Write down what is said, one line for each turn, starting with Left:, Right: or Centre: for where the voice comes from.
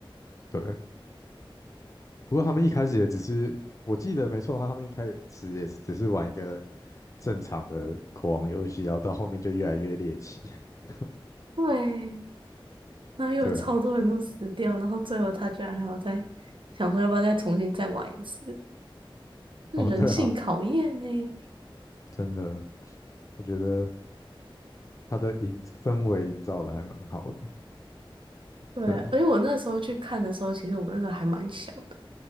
Left: 对。不过他们一开始也只是，我记得没错的话，他们一开始也是只是玩一个正常的国王游戏，然后到后面就越来越猎奇。<laughs>
Right: 对，那又有超多人都死掉，
Left: 对啊，
Right: 然后最后他居然还要再想说要不要再重新再玩一次。是人性考验呢。
Left: 哦，对啊，真的，我觉得。它的营氛围营造的还蛮好的，
Right: 对，
Left: 对啊，
Right: 而且我那时候去看的时候，其实我那时候还蛮小的，